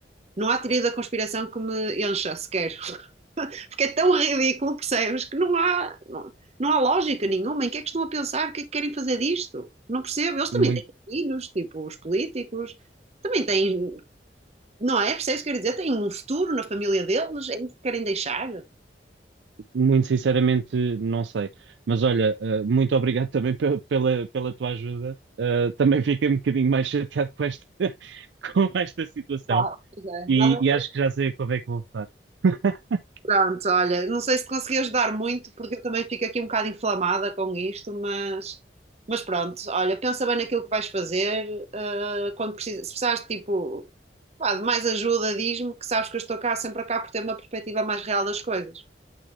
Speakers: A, on the right (about 35°); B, on the right (about 85°).
A: não há teoria da conspiração que me encha sequer. <laughs> Porque é tão ridículo, percebes? Que não há, não, não há lógica nenhuma. Em que é que estão a pensar? O que é que querem fazer disto? Não percebo. Eles também
B: uma
A: têm filhos, tipo os políticos, também têm Não é? Percebes o que eu quero dizer? Têm um futuro na família deles? É isso que querem deixar?
B: Muito sinceramente, não sei. Mas olha, eh, muito obrigado <laughs> também pe- pela, pela tua ajuda. Eh, também fiquei um bocadinho mais chateado com esta, <laughs> com esta situação.
A: Claro, pois é.
B: E,
A: Nada-
B: e acho que já sei a quando é que vou votar. <laughs>
A: Pronto, olha, não sei se te consegui ajudar muito, porque eu também fico aqui um bocado inflamada com isto, mas, mas pronto, olha, pensa bem naquilo que vais fazer, ah, quando precisas, se precisares de tipo, pá, de mais ajuda, diz-me que sabes que eu estou cá, sempre cá, por ter uma perspectiva mais real das coisas,